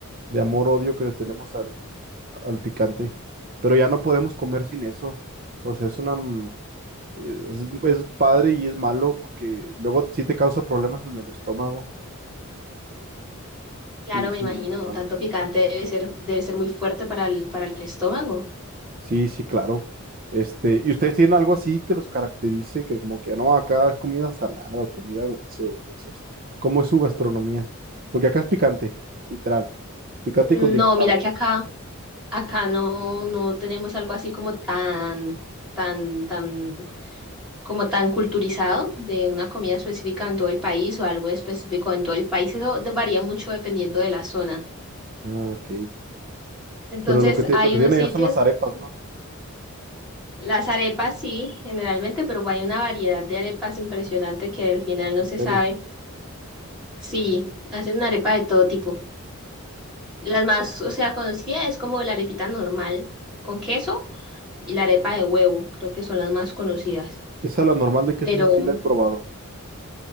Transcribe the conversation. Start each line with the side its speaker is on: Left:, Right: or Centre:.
Right: de amor-odio que le tenemos al, al picante. Pero ya no podemos comer sin eso. O sea, es una... mm, Es, es padre y es malo porque luego sí te causa problemas en el estómago.
Centre: Claro,
Right: Sí,
Centre: me
Right: sí,
Centre: imagino,
Right: es malo.
Centre: tanto picante debe ser, debe ser muy fuerte para el, para el estómago.
Right: Sí, sí, claro. Este, ¿y ustedes tienen algo así que los caracterice? Que como que no, acá es comida salada o comida dulce o esas- ¿Cómo es su gastronomía? Porque acá es picante, literal. Picante
Centre: Mm,
Right: y condimentada.
Centre: No, mira que acá Acá no, no tenemos algo así como tan, tan, tan, como tan culturizado de una comida específica en todo el país o algo específico en todo el país. Eso de- varía mucho dependiendo de la zona.
Right: Ah, ok.
Centre: Entonces,
Right: Pero lo que, te-
Centre: hay
Right: lo que
Centre: unos
Right: tienen
Centre: sitios,
Right: allá son las arepas, ¿no?
Centre: las arepas sí, generalmente, pero hay una variedad de arepas impresionante que al final no
Right: En
Centre: se
Right: serio.
Centre: sabe. Sí, hacen arepa de todo tipo. Las más, o sea, conocida es como la arepita normal con queso y la arepa de huevo, creo que son las más conocidas.
Right: Esa la normal de queso,
Centre: Pero
Right: eso sí la he probado.